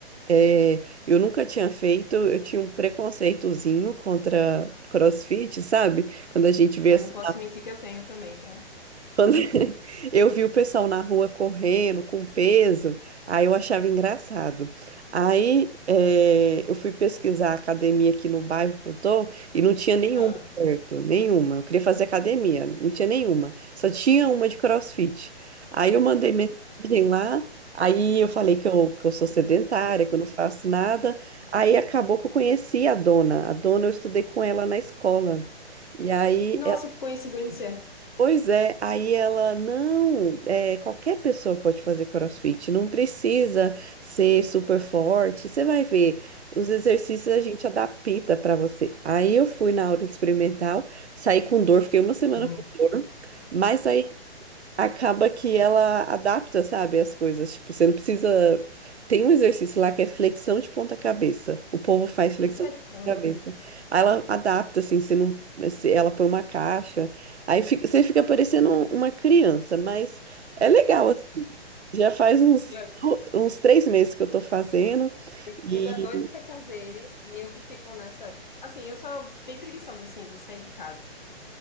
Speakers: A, on the right; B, on the left.
A: É, eu nunca tinha feito, eu tinha um preconceitozinho contra CrossFit, sabe? Quando a gente vê
B: Ah,
A: assim,
B: não posso mentir que eu tenho também, tá?
A: Quando <laughs> eu vi o pessoal na rua correndo com peso, aí eu achava engraçado. Aí eh, eu fui pesquisar a academia aqui no bairro que eu tô e não tinha nenhuma
B: Ah.
A: perto, nenhuma. Eu queria fazer academia, não tinha nenhuma. Só tinha uma de CrossFit. Aí eu mandei mensagem lá, aí eu falei que eu, que eu sou sedentária, que eu não faço nada. Aí acabou que eu conheci a dona. A dona eu estudei com ela na escola. E aí
B: Nossa, que coincidência.
A: Pois é, aí ela, não, é, qualquer pessoa pode fazer CrossFit, não precisa ser super forte, você vai ver, os exercícios a gente adapta para você. Aí eu fui na aula experimental, saí com dor, fiquei uma semana
B: Hum.
A: com dor, mas aí acaba que ela adapta, sabe, as coisas. Tipo, você não precisa. Tem um exercício lá que é flexão de ponta cabeça. O povo faz flexão
B: Misericórdia.
A: de ponta cabeça. Aí ela adapta, assim, você não. se- Ela põe uma caixa. Aí fica- você fica parecendo um- uma criança, mas é legal. assim. Já faz uns,
B: Eu,
A: uns três meses que eu tô fazendo.
B: meu
A: E.
B: marido é doido pra fazer e eu que fico nessa. Assim, eu sou bem preguiçosa, assim, de sair de casa.